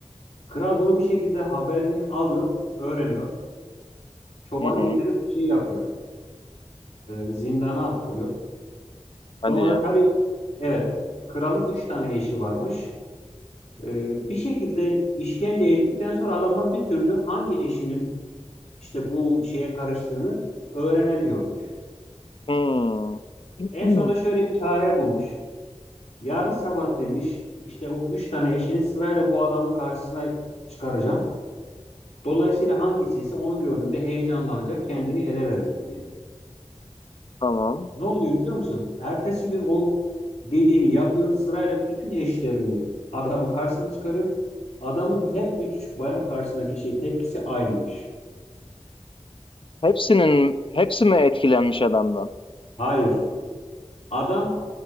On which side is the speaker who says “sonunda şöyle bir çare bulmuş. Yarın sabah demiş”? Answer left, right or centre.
Left